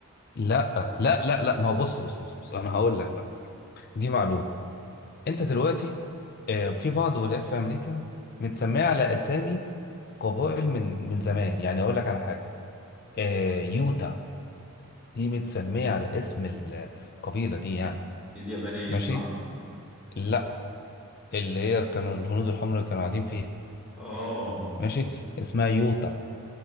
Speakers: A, on the left; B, in the centre.
A: لا لا لا لا ما هو بص بص بص بص أنا هقول لك بقى دي معلومة انت دلوقتي آه، في بعض ولايات في امريكا متسميه على اسامي قبائل من من زمان يعني اقول لك على حاجه آه، يوتا دي متسميه على اسم القبيله دي يعني
B: دي اليابانيه
A: ماشي
B: صح
A: لا اللي هي كانوا الهنود الحمر اللي كانوا قاعدين فيها
B: اه
A: ماشي اسمها يوتا